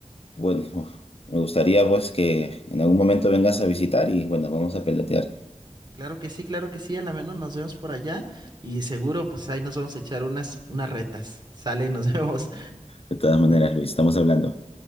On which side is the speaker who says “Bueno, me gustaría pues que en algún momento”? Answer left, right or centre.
Left